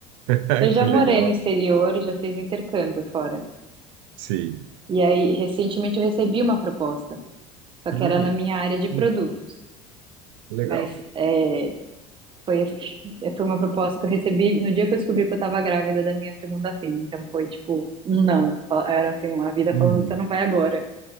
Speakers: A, on the right; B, on the right.
A: <laughs>
B: Eu já
A: Que legal.
B: morei no exterior, já fiz intercâmbio fora.
A: Sim.
B: E aí, recentemente, eu recebi uma proposta. só
A: Hum,
B: que era na minha área de
A: legal,
B: produtos.
A: legal.
B: Mas é, foi, assim, <laughs> foi uma proposta que eu recebi no dia que eu descobri que eu estava grávida da minha segunda filha. Então foi tipo, um não. Era assim, uma vida
A: Hum,
B: falando, você não vai agora.